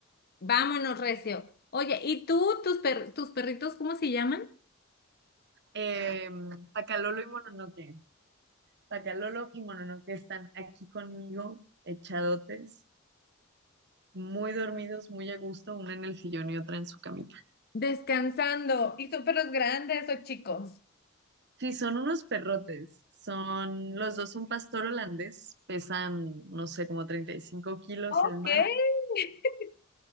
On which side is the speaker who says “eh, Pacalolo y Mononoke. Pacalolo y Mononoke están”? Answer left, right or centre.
Right